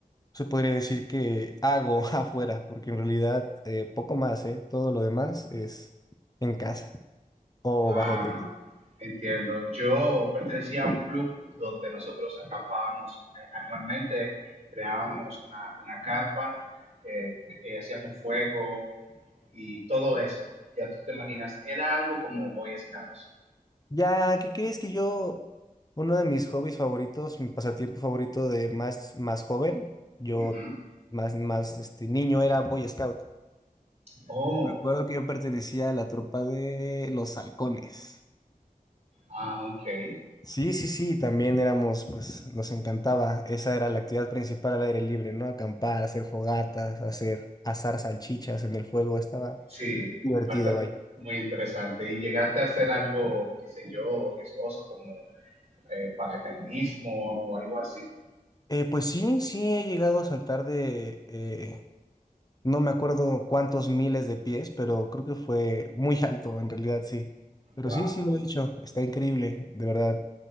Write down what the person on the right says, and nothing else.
Ah,
entiendo. Yo pertenecía a un club donde nosotros acampábamos eh, anualmente, creábamos una, una carpa, eh, eh, hacíamos fuego y todo eso. Ya tú te imaginas, era algo como Boy Scouts.
Ujú.
Oh,
ah, ok.
Sí,
bastante,
muy interesante. ¿Y llegaste a hacer algo, qué sé yo, riesgoso como eh, paracaidismo o algo así?
Wow.